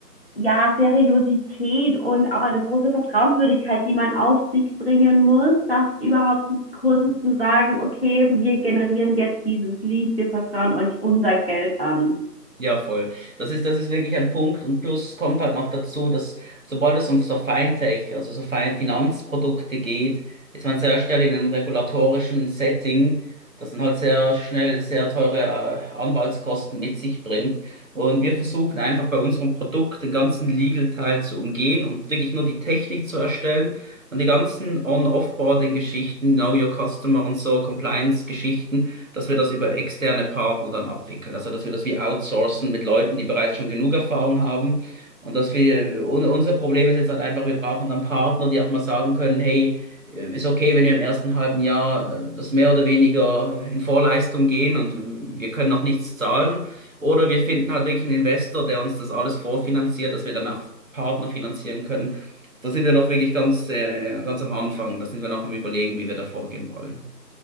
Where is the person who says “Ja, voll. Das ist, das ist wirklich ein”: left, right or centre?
Right